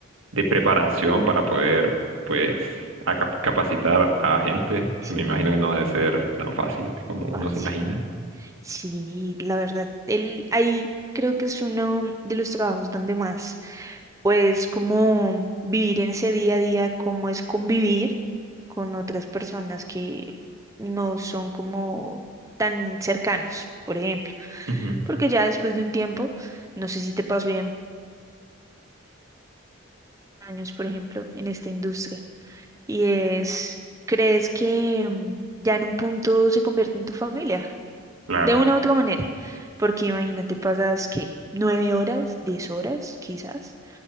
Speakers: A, on the right; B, on the right.
A: de preparación para poder, pues, a cap- capacitar a gente.
B: sí,
A: Me imagino que no debe ser tan fácil como
B: fácil.
A: uno se imagina.
B: Sí, la verdad, él ahí creo que es uno de los trabajos donde más pues como vivir en ese día a día, cómo es convivir con otras personas que no son como tan cercanos, por ejemplo.
A: Ujú,
B: Porque ya después de un tiempo, no sé si te pasó bien años, por ejemplo, en esta industria, y es, ¿crees que mm, ya en un punto se convierte en tu familia?
A: Claro.
B: De una u otra manera, porque imagínate, pasas, ¿qué? ¿Nueve horas? ¿Diez horas? Quizás